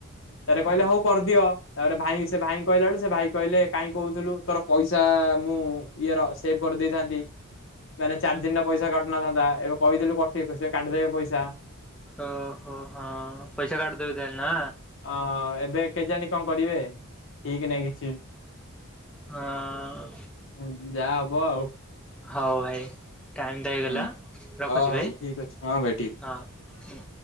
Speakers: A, on the left; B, in the centre.
A: ତାପରେ
B: ହୁଁ
A: କହିଲେ ହଉ କରିଦିଅ ତାପରେ ଭାଇ ସେ ଭାଇଙ୍କୁ କହିଲା ବେଳୁ ସେ ଭାଇ କହିଲେ କାହିଁ କହୁଥିଲୁ ତୋର ପଇସା ଆ ମୁଁ ଇଏ ର ସେବ କରିଦେଇଥାନ୍ତି ମାନେ ଚାରି ଦିନର ପଇସା କା ନଥାନ୍ତା ଏବେ କହିଦେଲୁ କଟେଇ ପଛେ କାଟିିଦେବେ ପଇସା।
B: ଓହୋ ହଁ। ପଇସା କାଟିଦେବି ତାହେଲେ ନା
A: ଅ ଏବେ କେଜାଣି କଣ କରିବେ? ଠିକ ନାହିଁ କିଛି।
B: ହଁ
A: ଉଁ ଯାହା ହବ ଆଉ।
B: ହଉ ଭାଇ। ଟାଇମ ଟା ହେଇଗଲା
A: ହୁଁ
B: ରଖୁଛି
A: ହ ହଉ
B: ଭାଇ
A: ଠିକ ଅଛି ହଁ ଭାଇ ଠିକ
B: ହଁ ହୁଁ।